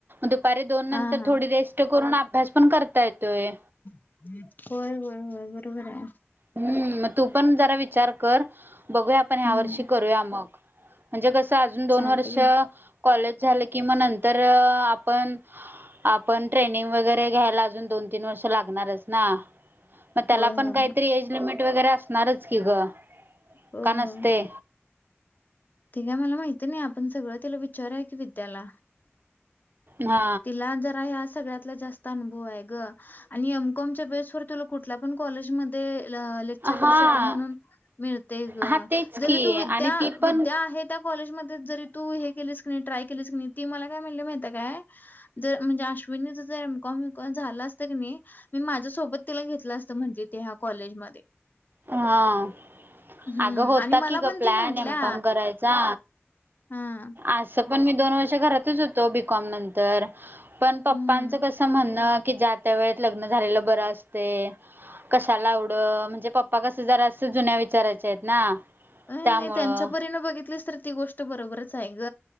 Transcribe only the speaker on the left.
हा
हा
होय होय होय बरोबर आहे.
हम्म
चालतंय
की
होय
होय
होय
होय. ति काय मला माहिती नाही आपण सगळं तिला विचारय की विद्याला.
तिला जरा ह्या सगळ्यातला जास्त अनुभव आहे ग. आणि एम कॉमच्या बेस व तुला कुठल्या पण कॉलेजमध्ये ल लेक्च''--''
चरर साठी म्हणून मिळतय ग
जरी
तू विद्या
विद्या आहे. त्या कॉलेजमध्ये जरी तू हे केलीस की ट्राय केलीस क नाही ती मला काय म्हणली माहिती आहे काय. जर म्हणजे अश्विनीच एम् कॉम बी कॉम झालं असतं क नाही. मी माझ्यासोबत तिला घेतलं असतं म्हंटली ते ह्या कॉलेजमध्ये.
हम्म
आणि मला
पण
ती म्हंटल्या.
हां.
हम्म.
अ
नाही त्यांच्या परीन बघितलीच तर ती गोष्ट बरोबरच आहे ग.